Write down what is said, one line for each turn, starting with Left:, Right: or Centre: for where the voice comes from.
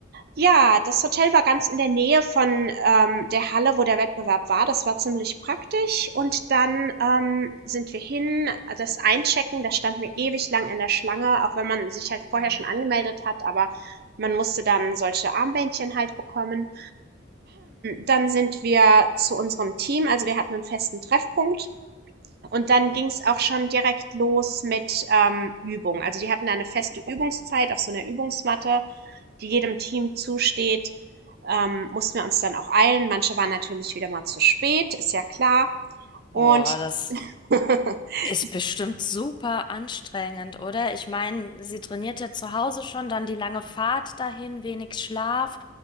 Right: Ja, das Hotel war ganz in der Nähe von ähm, der Halle, wo der Wettbewerb war. Das war ziemlich praktisch. Und dann ähm, sind wir hin, das Einchecken, da standen wir ewig lang in der Schlange, auch wenn man sich halt vorher
Left: Mhm.
Right: schon angemeldet hat, aber man musste dann solche Armbändchen halt bekommen. Dann sind wir zu unserem Team, also wir hatten einen festen Treffpunkt. Und dann ging es auch schon direkt los mit ähm, Übung. Also die hatten eine feste Übungszeit auf so einer Übungsmatte, die jedem Team zusteht. Ähm, mussten wir uns dann auch eilen. Manche waren natürlich wieder mal zu spät, ist ja klar.
Left: Boah,
Right: Und
Left: das
Right: <laughs>
Left: ist bestimmt super anstrengend, oder? Ich meine, sie trainiert ja zu Hause schon, dann die lange Fahrt dahin, wenig Schlaf,